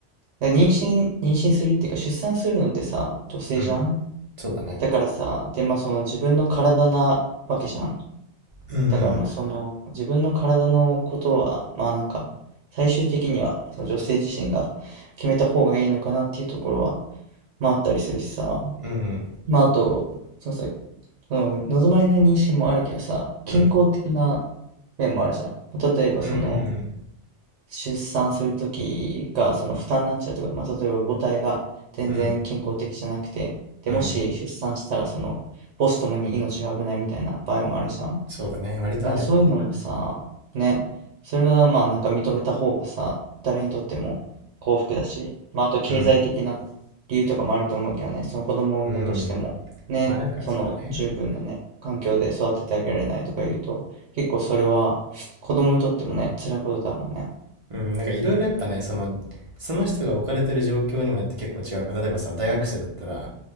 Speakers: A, on the right (about 80°); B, on the right (about 35°).
A: 妊娠、妊娠するっていうか出産するのってさ、女性じゃん
B: うん。そうだね。
A: だからさ、で、まあその自分の体なわけじゃん。
B: うん。
A: だからまあその自分の体のことは、まあなんか最終的にはその女性自身が決めた方がいいのかなっていうところは、まああったりするしさ。
B: うん。
A: まああと、そのさ、その望まれない妊娠もあるけどさ、健康的な
B: うん。
A: 面もあるじゃん。まあ例えばその、
B: うん。
A: 出産するときがその負担になっちゃうとか、まあ、例えば母体が全然健康的じゃなくて、
B: うん。
A: で、
B: うん。
A: もし出産したらその母子ともに命が危ないみたいな場合もあるじゃん。だ
B: そうだね。割とあるよね。
A: からそういうのもさ、ね、それはまあなんか認めた方がさ、誰にとっても幸福だし、まああと経済的な
B: うん。
A: 理由とかもあると思うけどね、その子供を産んだとしても、
B: うん。
A: ね、
B: まあなんかそうね。
A: その十分なね、環境で育ててあげられないとか言うと、結構それは子供にとってもね、辛いことだもんね。
B: うん。なんかいろいろやっぱね、その、その人が置かれてる状況にもよって結構違うから、例えばさ、大学生だったら、